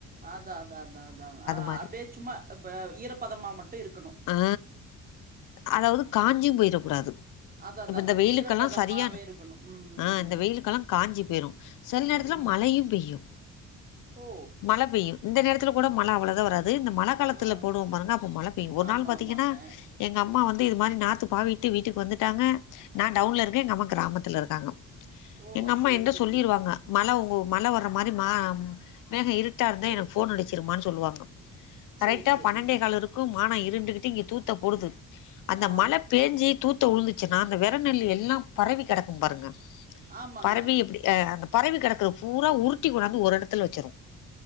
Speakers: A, on the right (about 30°); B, on the left (about 85°).
A: அதா அதா அதா அதா ஆ
B: மாரி
A: அப்டே சும்மா அப்ப ஈரப்பதமா மட் ட்டு இருக்கணோ
B: ஆ அதாவது காஞ்யு போயிரக் கூடாது
A: அதான் அதாங்க
B: இப்பெந்த
A: இந்த
B: வெயிலுக்கெல்லா
A: ஈரப்பதமாவே
B: சரியான
A: இருக்கணும் ம்
B: ஆ
A: ம்
B: இந்த வெயிலுக்கெல்லா காஞ்சு போயிரோ சில நேரத்துல
A: ம்
B: மழையு பெய்யு
A: ஓ
B: மழ பெய்யு இந்த நேரத் துல கூட மழ அவுளதா வராது து இந்த மழ காலத்தல
A: ஆ
B: போடுவோ பாருங்க அப்ப மழ ஒரு
A: ஆமாம்
B: நாள் பாத்தீங்கன்னா
A: ஆமாங்க
B: எங்க அம்மா வந்து இது மாரி நா நாத்து பாவிட்டு வீட்டுக்கு வந்துட்டாங்க நான் டவுன்ல இருக்கே எங்கம்மா கிராமத்துல இருக்காங்க
A: ஓ
B: எங்க அம்மா
A: சரி
B: என்ட
A: சரிங்க
B: சொல்லிருவாங்க மழ ஓ மழ வர்ற மாரி மா மேக இருட்டா இருந்தா
A: இருக்கு
B: எனக்கு ஃபோன் அடிச்சிருமான்னு சொல்லுவாங்க சொல்லுவாங்க
A: சரி
B: கரெக்டா
A: சரிங்க
B: பன்னேடேகால் இருக்கு மானா இருண்டுகிட்டு இங்க தூத்த போடுது அந்த
A: ஆ
B: மழ பேஞ்சி தூத் த்து உழுந்துச்சுன்னா அந்த வெரநெல்லி எல்லாம் பரவி கெடக்கும் பாருங்க
A: ஆமாங்க
B: பரவி எப்பிடி அ அந்த பரவி கெடக்குற பூரா உருட்டி கொண்டாந்து ஒர் எடத்துல வச்சரு